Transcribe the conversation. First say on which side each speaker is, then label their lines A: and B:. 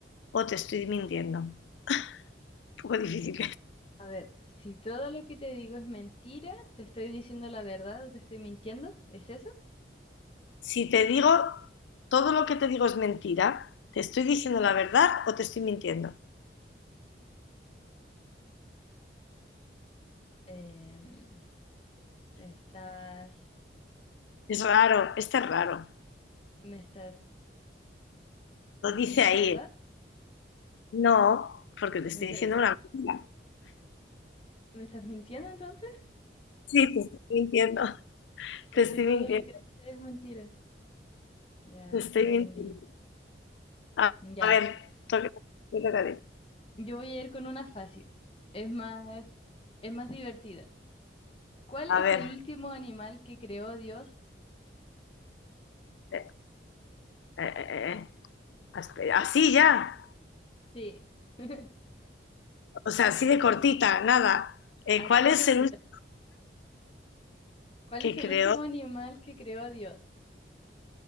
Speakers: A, on the left; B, on the left.
A: o te estoy mintiendo. Un poco difícil
B: A ver, si todo lo que te digo es mentira, ¿te estoy diciendo la verdad o te estoy mintiendo? ¿Es eso?
A: Si te digo todo lo que te digo es mentira, ¿te estoy diciendo la verdad o te estoy mintiendo?
B: Em, ¿me estás,
A: Es raro, este es raro.
B: me estás
A: Lo
B: diciendo
A: dice ahí.
B: la verdad?
A: ¿eh? No, porque te estoy
B: ¿Me está-
A: diciendo una mentira.
B: me estás mintiendo entonces?
A: Sí, te estoy mintiendo,
B: Porque
A: te estoy
B: todo
A: mintiendo,
B: lo que dices es mentira. Ya,
A: te estoy
B: entendí.
A: mintiendo. A,
B: Ya.
A: a ver, toca, te toca a ti.
B: Yo voy a ir con una fácil. Es más, es más divertida. ¿Cuál
A: A
B: es
A: ver,
B: el último animal que creó Dios
A: eh, eh, eh, eh, aspe- así ya,
B: Sí, <laughs>
A: o sea, así de cortita, nada. Eh,
B: así
A: ¿cuál
B: de
A: es
B: cortita.
A: el último
B: ¿Cuál
A: que
B: es
A: creó
B: el último animal que creó Dios?